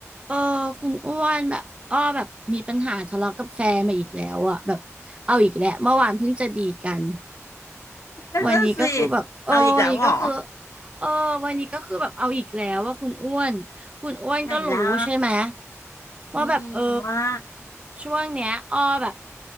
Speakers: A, on the right; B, on the left.
A: เออคุณอ้วนแบบอ้อแบบมีปัญหาทะเลาะกับแฟนมาอีกแล้วอะแบบเอาอีกแล้วเมื่อวานเพิ่งจะดีกัน
B: นั่นน่ะสิ
A: วันนี้ก็คือแบบเออวันนี้ก็คือ
B: เอาอีกแล้วเหรอ
A: เออวันนี้ก็คือแบบเอาอีกแล้วว่าคุณอ้วนคุณอ้วนก็รู้ใช่ไหม
B: ไหนเล่าอืมว่า
A: ว่าแบบเออช่วงเนี้ยอ้อแบบ